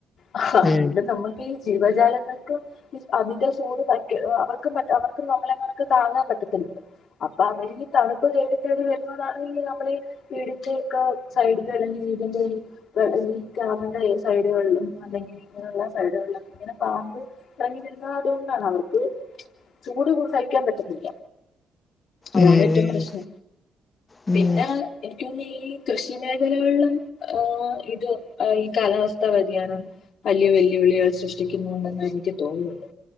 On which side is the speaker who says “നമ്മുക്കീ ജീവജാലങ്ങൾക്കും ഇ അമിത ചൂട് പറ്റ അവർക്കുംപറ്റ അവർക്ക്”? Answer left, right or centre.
Left